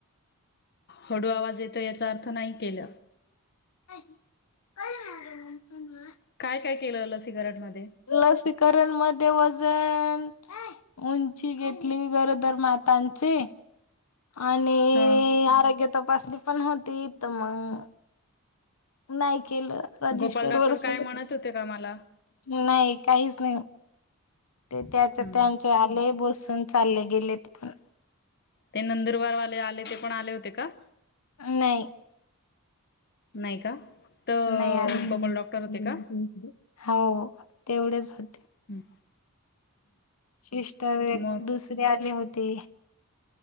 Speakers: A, on the left; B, on the left.
A: हळू आवाज येतोय याचा अर्थ नाही केल.
B: नाहि कळून आलं नाहि ते मला
A: काय काय केलं लसीकरण मध्ये
B: लसीकरण मध्ये वजन उंची घेतली गरोदर मातांची आणि
A: हा
B: आरोग्य तपासणी पण होती त मग नाही केलं रजिस्टर
A: गोपाल डॉक्टर
B: वर सही
A: काय म्हणत होते का मला
B: नाही काहीच नाही. ते त्याच
A: हम्म
B: त्यांचे आले बसून चालले गेलेत पण
A: ते नंदुरबारवाले आले ते पण आले होते का?
B: नाही.
A: नाही का? तर
B: नाही आले
A: गोपाल डॉक्टर होते का
B: हो तेवढेच होते.
A: हम्म.
B: सिस्टर एक
A: मग
B: दुसरी आली होती.